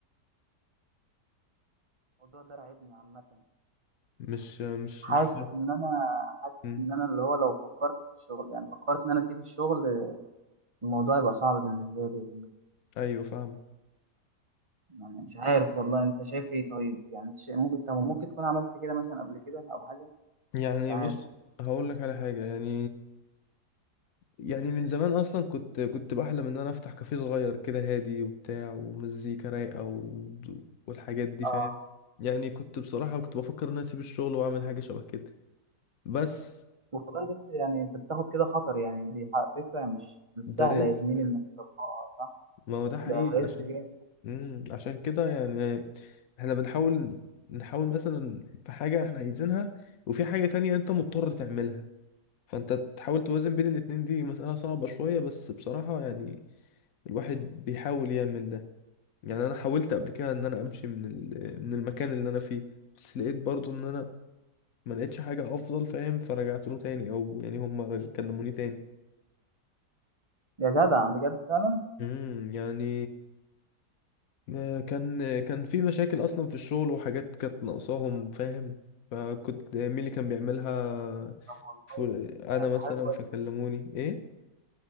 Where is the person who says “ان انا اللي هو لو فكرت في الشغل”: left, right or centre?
Right